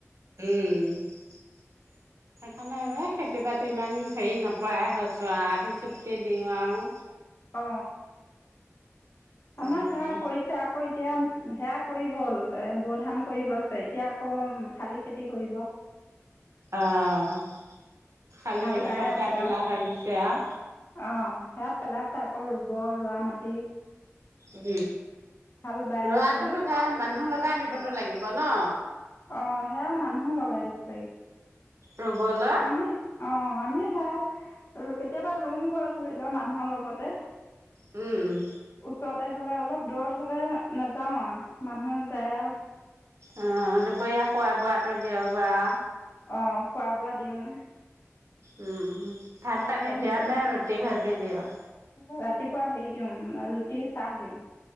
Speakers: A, on the right (about 65°); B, on the left (about 50°).
A: উম সেইকাৰণে হে খেতি-বাতি ইমান হেৰি নকৰাই হৈছোঁ আও, আধি চুক্তি দিওঁ আৰু।
B: অ
A: তেনেকে
B: আমাৰ সেআ কৰিছে আকৌ এতিয়া <unintelligible> সেয়া কৰি হ'ল, এ বড়ো ধান কৰি হৈছে এতিয়া আকৌ শালি খেতি কৰিব।
A: অহ, শালি
B: হাল
A: খেতি
B: বাই
A: কঠীয়া
B: আছে
A: পেলাই
B: আৰু
A: থৈ দিছে আও।
B: অঁ সেয়াত পেলাইছে আকৌ ৰুব, ৰোৱা মাটি
A: উম
B: হাল বাই
A: ৰোৱাটো
B: আছে
A: সেইয়া মানুহ লগ চাহ দিবতো লাগিব ন?
B: অ সেয়া মানুহো লগাই দিব লাগিব
A: ৰুবলৈ
B: আমিহ অ আমি সেই কেতিয়াবা ৰুম গৈ ধৰি লও মানুহৰ লগতে।
A: উম
B: ওচৰতে হ'লে অলপ দূৰত হ'লে নাযাও আ। মানুহ যায় আৰু।
A: অ দুপৰীয়া খোৱা বোৱাটো দিয় <unintelligible> বৰা
B: অ খোৱা-বোৱা দিওঁ।
A: উম উ ভাত-পানী
B: ভাত চাত
A: দিওঁ
B: দিব লাগে
A: নে ৰুটি-ভাজি দিওঁ?
B: ৰাতিপুৱা হেৰি দিওঁ, উম ৰুটি চাহ দিওঁ।